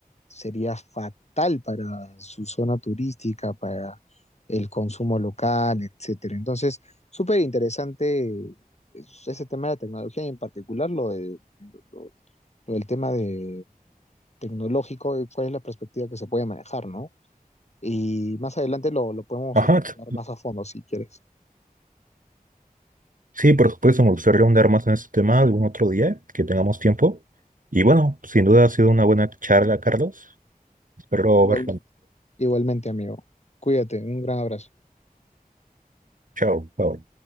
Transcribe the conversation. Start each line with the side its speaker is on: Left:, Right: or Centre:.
Left: sería fatal para su zona turística, para el consumo local, etcétera. Entonces, súper interesante es- ese tema de la tecnología y en particular lo, de, lo- lo del tema de tecnológico, eh, cuál es la perspectiva que se puede manejar, ¿no? Y más adelante lo, lo podemos
Right: Ajá,
Left: hasta tocar
Right: t-
Left: más a fondo si quieres.
Right: sí, por supuesto, me gustaría ahondar más en este tema algún otro día que tengamos tiempo. Y bueno, sin duda ha sido una buena charla, Carlos. Espero
Left: Igual-
Right: verlo.
Left: igualmente, amigo. Cuídate, un gran abrazo.
Right: Chao, bye.